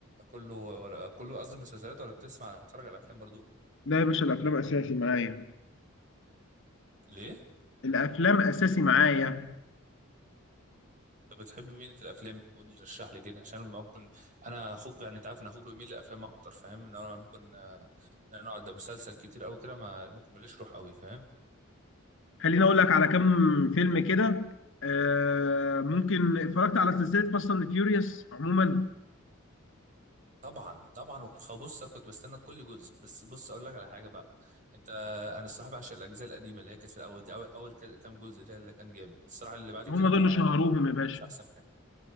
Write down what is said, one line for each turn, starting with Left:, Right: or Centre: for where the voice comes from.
Right: كله ولا كله قصدي مسلسلات ولا بتسمع تتفرج على افلام برضو
Left: لا يا باشا الافلام اساسي معايا
Right: ليه
Left: الافلام اساسي معايا
Right: طب بتحب مين في الافلام قول لي رشح لي كده عشان ممكن انا اخوك يعني انت عارف ان اخوك بيميل للافلام اكتر فاهم ان انا ممكن آه، إن انا اقعد ده مسلسل كتير قوي كده ما ممكن ماليش روح قوي فاهم
Left: خليني اقول لك على كام فيلم كده آه ممكن اتفرجت على سلسله فاست اند فيوريوس عموما
Right: طبعا طبعا وخ- بص انا كنت بستنى كل جزء بس بص اقول لك على حاجه بقى انت انا الصراحه بعشق الاجزاء القديمه اللي هي كانت في الاول دي اول اول ك- كام جزء ده اللي كان جامد الصراحه اللي بعد كده
Left: هم دول
Right: بقى
Left: اللي شهروهم يا باشا
Right: مش احسن حاجه